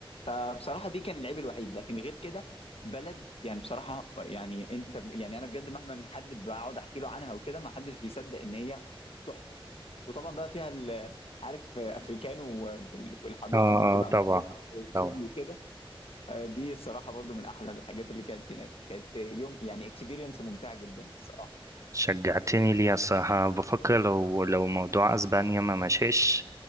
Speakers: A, on the left; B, on the right.
A: فبصراحة دي كان العيب الوحيد لكن غير كده بلد يعني بصراحة يعني أنت يعني أنا بجد مهما حد بقعد أحكي له عنها وكده ما حدش بيصدق إن هي تحفة وطبعا بقى فيها ال- عارف افريكانو وال- والحديقه
B: اه
A: اللي بتبقى
B: اه طبعا
A: مفتوحه والاستوديو
B: طبعا
A: وكده آه، دي الصراحه برضو من احلى الحاجات اللي كانت هناك كانت يوم يعني اكسبيرينس ممتعه جدا الصراحه
B: شجعتني ليها الصراحة بفكر لو لو موضوع أسبانيا ما مشيش